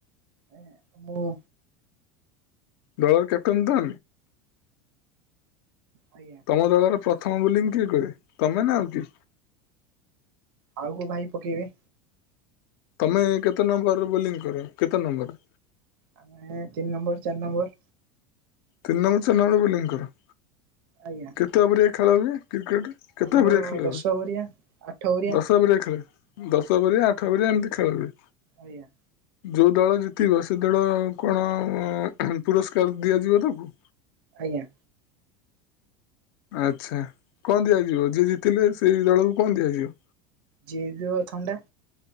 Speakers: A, on the right; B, on the left.
A: ଏଁ ମୁଁ
B: ଦଳର କ୍ୟାପଟେନ ତ
A: ଆଜ୍ଞା
B: ତମ ଦଳର ପ୍ର ଥମ ବୋଲିଂ କିଏ କରେ ତମେ ନା ଆଉ କିଏ?
A: ଆଉ କୋଉ ଭାଇ ପକେଇବେ।
B: ତମେ କେତେ ନମ୍ବରରେ ବୋଲିଂ କର କେତେ ନମ୍ବର?
A: ଆମେ ତିନି ନମ୍ବର ଚାରି ନମ୍ବର।
B: ତିନି ନମ ଚାରି ନମରେ ବୋଲିଂ କର।
A: ଆଜ୍ଞା।
B: କେତେ ଅବରିଆ ଖେଳ ହୁଏ କ୍ରିକେଟ କେତେ
A: ଆମର
B: ଅଭରିଆ ଖେଳ
A: ଦଶ
B: ହୁଏ
A: ଓରିଆ ଆଠ ଓରିଆ
B: ଦଶ ବରିଆ ଖେଳ। ଦଶ ଓଭରିଆ ଆଠ ଓଭରିଆ ଏମିତି ଖେଳ ହୁଏ।
A: ଆଜ୍ଞା।
B: ଯୋଉ ଦଳ ଜିତିବ ସେ ଦଳ କଣ ପୁରସ୍କାର ଦିଆଯିବ ତ? ହଁ
A: ଆଜ୍ଞା।
B: ଆଚ୍ଛା କଣ ଦିଆଯିବ ଯିଏ ଜିତିଲେ ସେଇ ଦଳକୁ କଣ ଦିଆଯିବ?
A: ଜିଏ ଜିବ ଥଣ୍ଡା।